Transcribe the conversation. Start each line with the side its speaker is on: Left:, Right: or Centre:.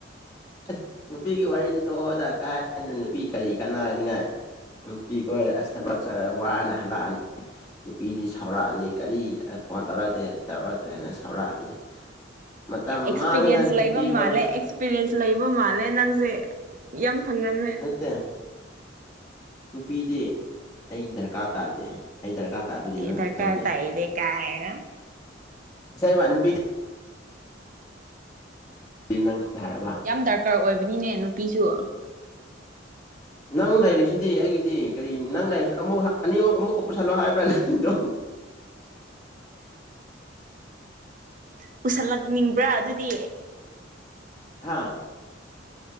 Left: ꯑꯁ ꯅꯨꯄꯤꯒꯤ ꯋꯥꯔꯤꯗꯨ ꯇꯣꯛꯑꯣꯗ ꯀꯥꯏꯗ ꯅꯨꯄꯤ ꯀꯔꯤ ꯀꯥꯟꯅꯅꯤꯉꯥꯏ ꯅꯨꯄꯤ ꯀꯣꯏꯔ ꯑꯁ ꯊꯕꯛ ꯆꯠꯂ ꯋꯥꯅ ꯍꯜꯂꯛꯑꯅꯤ ꯅꯨꯄꯤꯗꯤ ꯁꯥꯎꯔꯛꯑꯅꯤ ꯀꯔꯤ ꯐꯣꯟ ꯇꯧꯔꯛꯇꯦ ꯇꯧꯔꯛꯇ꯭ꯔꯦ ꯍꯥꯏꯅ ꯁꯥꯎꯔꯛꯑꯅꯤ ꯃꯇꯝ
Right: ꯑꯦꯛꯁꯄꯤꯔꯤꯌꯦꯟꯁ
Left: ꯃꯥꯡꯉꯤꯗ
Right: ꯂꯩꯕ
Left: ꯅꯨꯄꯤ ꯀꯣꯏꯕꯁꯤ
Right: ꯃꯥꯜꯂꯦ ꯑꯦꯛꯁꯄꯤꯔꯤꯌꯦꯟꯁ ꯂꯩꯕ ꯃꯥꯜꯂꯦ ꯅꯪꯁꯦ ꯌꯥꯝ ꯈꯪꯉꯝꯂꯦ꯫
Left: ꯇꯦ ꯅꯨꯄꯤꯗꯤ ꯑꯩ ꯗꯔꯀꯥꯔ ꯇꯥꯗꯦ ꯑꯩ ꯗꯔꯀꯥꯔ ꯇꯥꯕꯗꯤ ꯅꯪ
Right: ꯑꯦ ꯗꯔꯀꯥꯔ
Left: ꯈꯛꯇꯪꯅꯤ
Right: ꯇꯥꯢꯅꯦ ꯀꯥꯏꯅ꯫
Left: ꯁꯦꯕꯥꯟ ꯅꯨꯄꯤꯗꯤ ꯅꯪ ꯈꯛꯇ ꯇꯥꯔꯕ
Right: ꯌꯥꯝ ꯗꯔꯀꯥꯔ ꯑꯣꯏꯕꯅꯤꯅꯦ ꯅꯨꯄꯤꯁꯨ ꯌꯥꯝ
Left: ꯅꯪ ꯂꯩꯥꯔꯤꯁꯤꯗꯤ ꯑꯩꯒꯤꯗꯤ ꯀꯔꯤ ꯅꯪ ꯂꯩꯔꯁꯨ ꯑꯃꯨꯛ ꯑꯅꯤ ꯃꯨꯛ ꯑꯃꯨꯛꯀ ꯄꯨꯁꯜꯂꯣ ꯍꯥꯏꯕ꯭ꯔꯥ ꯅꯪꯗꯣ
Right: ꯄꯨꯁꯜꯂꯛꯅꯤꯡꯕ꯭ꯔꯥ ꯑꯗꯨꯗꯤ꯫
Left: ꯍꯥꯥ